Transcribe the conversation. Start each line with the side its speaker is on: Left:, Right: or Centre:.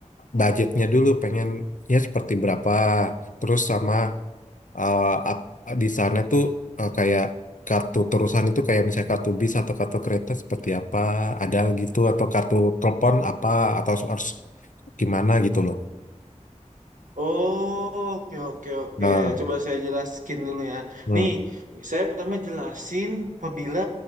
Left: budgetnya dulu pengen ya seperti berapa terus sama eh, ap- di sana tuh eh, kayak kartu terusan itu kayak misalnya kartu bis atau kartu kereta seperti apa ada gitu atau kartu telepon apa atau harus gimana gitu loh
Right: Oh, oke oke oke.
Left: Nah,
Right: Coba saya jelaskan dulu ya.
Left: hmm,
Right: Nih, saya pertama jelasin apabila